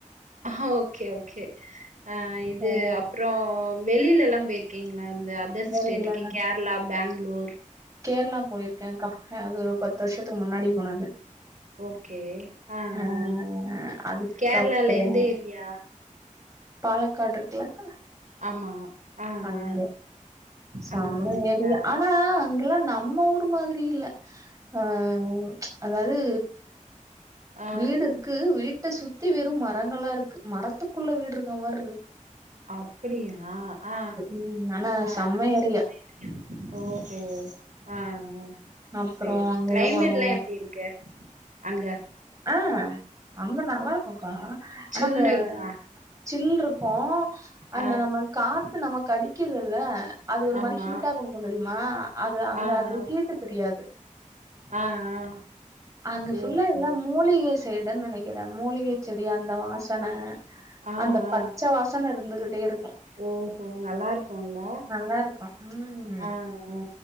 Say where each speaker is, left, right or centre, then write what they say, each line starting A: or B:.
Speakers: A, on the right; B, on the right.
A: ஹ ஓகே ஓகே அ இது
B: அ.
A: அப்புறோ வெளியிலல்லாம் போயிருக்கீங்களா இந்த அதர்
B: வேல
A: ஸ்டேட்டுக்கு
B: இல்லன்னா
A: கேரளா பேங்ளூர்
B: கேரளா போயிருக்கேன்கா அது ஒரு பத்து வருஷத்துக்கு முன்னாடி போனது
A: ஓகே. ஆ,
B: அ
A: ஆ.
B: அதுக்கப்பறோ
A: கேரளால எந்த ஏரியா?
B: பாலக்காடு இருக்குலக்க
A: ஆமா ஆ,
B: அங்க
A: ஆ.
B: செம்ம
A: அங்க போனீங்களா?
B: ஏறியா ஆனா அங்கல்லா நம்ம ஊர் மாதிரி இல்ல ஆ அதாவ்து
A: ஆ.
B: வீடு இருக்கு வீட்ட சுத்தி வெறும் மரங்களா இருக்கு மரத்துக்குள்ள வீடு இருக்க மார்ருக்கு
A: அப்படியா ஆ ஆ
B: ம் ஆனா
A: ஆ ஆ
B: செம்ம ஏரியா
A: சன்ரை <unintelligible> ஓஹோ ஆ ஆ
B: அப்புறோ
A: சரி.
B: அங்க
A: கிளைமேட்லாம்
B: எங்க போனோ
A: எப்படி இருக்கு? அங்க
B: ஆ அங்இ நல்லா இருக்குக்கா ஆனா
A: சில்லுன்னு
B: அந்த
A: இருக்கா?
B: ஜில் இருக்கும் அந்த
A: ஆ.
B: நம்ம காத்து நமக்கு அடிக்குதுல்ல அது ஒரு
A: ஆமா.
B: மாரி ஹீட்டா குடுக்கும் தெரியுமா அது அங்க
A: ஆ, ஆ.
B: அந்த ஹீட்டு தெரியாது
A: ஆ, ஆ.
B: அங்க ஃபுல்லா
A: ஓஹோ
B: எல்லா மூலிகை சைடுன் நினைக்கிறே மூலிகை செடி அந்த வாசம் தான
A: ஆ
B: அந்த பச்ச
A: ஆ
B: வாசன இருந்துகிட்டே இருக்கு
A: ஓஹோ நல்லா இருக்கும்ல
B: நல்லா இருக்கு ம்
A: ஆ ஆ